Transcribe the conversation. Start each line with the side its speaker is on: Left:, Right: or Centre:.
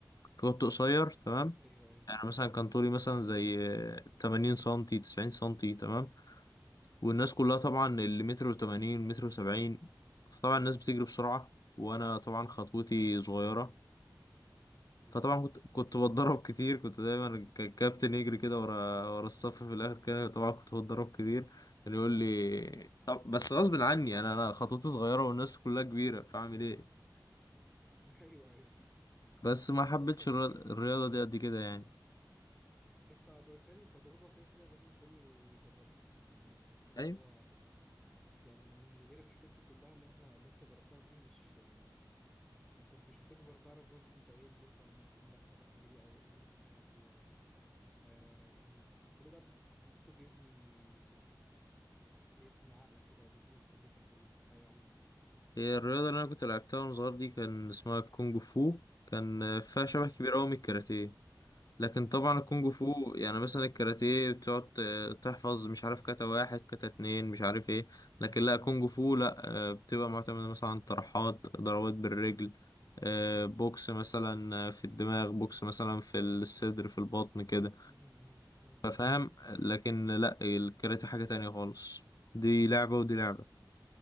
Left: فكنت قصير تمام
Centre: أيوه أيوه
Left: انا مثلا كان طولي مثلا زي
Centre: مم،
Left: 80 سنتي 90 سنتي تمام والناس كلها طبعا
Centre: مم،
Left: اللي متر و80 متر و70 فطبعا الناس بتجري بسرعة وانا طبعا خطوتي
Centre: مم.
Left: صغيرة
Centre: بالظبط
Left: فطبعا كنت كنت بتضرب كتير كنت دايما ك- الكابتن يجري كده ورا ورا الصف في الاخر كده طبعا كنت بتضرب كتير اللي يقول لي
Centre: مم.
Left: طب بس غصب عني انا انا خطوتي صغيره والناس كلها كبيره فاعمل ايه
Centre: <laughs> أيوه أيوه
Left: بس ما حبيتش
Centre: بس كانت
Left: الر-
Centre: بس
Left: الرياضه دي قد كده يعني
Centre: بس بالتالي التجربة كده كده لازم كله يجربها يعني بحس إن
Left: ايوه
Centre: هو يعني من من غير الحاجات دي كلها اللي احنا اللي انت جربتها دي مش يعني ما كنتش هتكبر تعرف برضه انت ايه اللي انت م- عندك شغف ليه او ايه اللي انت مش حابه او آه يعني كل ده بتحسه بيبني بيبني عقلك كده وبيبني خبرتك في الحياة عموما
Left: هي الرياضه اللي انا كنت لعبتها وانا صغير دي كان اسمها كونج فو كان فيها
Centre: مم.
Left: شبه كبير قوي من الكاراتيه لكن طبعا الكونج
Centre: مم.
Left: فو يعني مثلا الكاراتيه بتقعد ت- تحفظ مش عارف كاتا واحد كاتا اتنين مش عارف ايه لكن لا كونج فو لا آه، بتبقى معتمدة مثلا عن طرحات ضربات بالرجل آه، بوكس مثلا آه، في الدماغ بوكس مثلا في الصدر في البطن كده
Centre: مم. مم. مم.
Left: فاهم لكن لا الكاراتيه حاجة تانية خالص دي لعبة ودي لعبة